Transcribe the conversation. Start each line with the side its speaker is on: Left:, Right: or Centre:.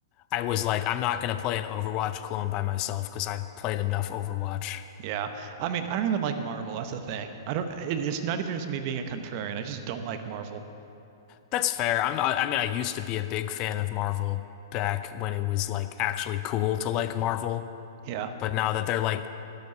Left: I was like, I'm not going to play an Overwatch clone by myself because I played enough Overwatch.
Right: Yeah. I mean, I don't even like Marvel. That's the thing. I don't, it, it's not even just me being a contrarian. I just don't like Marvel.
Left: That's fair. I'm not, I mean, I used to be a big fan of Marvel back when it was like actually cool to like Marvel.
Right: Yeah.
Left: But now that they're like